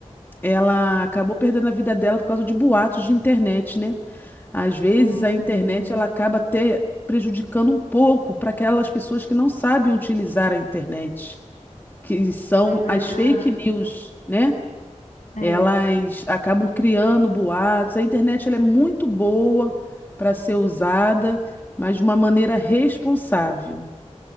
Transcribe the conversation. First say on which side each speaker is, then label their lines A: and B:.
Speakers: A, on the left; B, on the left.
A: ela acabou perdendo a vida dela por causa de boatos de internet, né? Às vezes
B: uhum.
A: a internet ela acaba até prejudicando um pouco para aquelas pessoas que não sabem utilizar a internet, que são
B: É verdade.
A: as fake news, né?
B: É,
A: Elas acabam criando boatos. A internet ela é muito boa para ser usada, mas de uma maneira responsável,